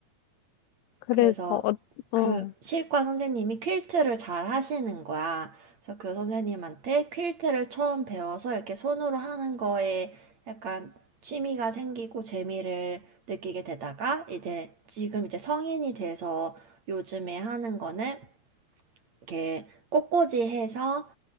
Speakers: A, on the left; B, on the right.
A: 그래서,
B: 그래서
A: 어, 어,
B: 그 실과 선생님이 퀼트를 잘 하시는 거야. 그래서 그 선생님한테 퀼트를 처음 배워서 이렇게 손으로 하는 거에 약간 취미가 생기고 재미를 느끼게 되다가 이제 지금 이제 성인이 돼서 요즘에 하는 거는 이렇게 꽃꽂이 해서